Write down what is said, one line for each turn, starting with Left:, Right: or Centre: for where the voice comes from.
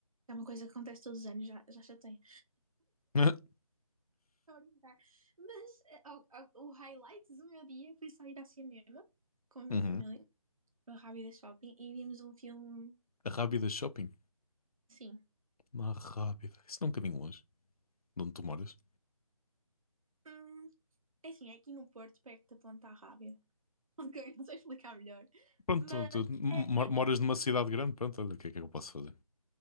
Right: É uma coisa que acontece todos os anos, já, já chatei.
Left: <laughs>
Right: Estou a brincar. Mas eh, o- o o highlight do meu dia foi só ir ao cinema com a minha
Left: Uhum.
Right: família, no Rábida Shopping, e vimos um filme,
Left: A Rábida Shopping?
Right: sim.
Left: Na Rábida. Isso não é um bocadinho longe de onde tu moras.
Right: Hum, é assim, é aqui no Porto, perto da Ponta Rábida. <laughs> Ok, não sei explicar melhor.
Left: Pronto,
Right: Mas
Left: tu, tu
Right: é,
Left: mo-
Right: é,
Left: moras numa cidade grande, pronto, olha, o que é que eu posso fazer?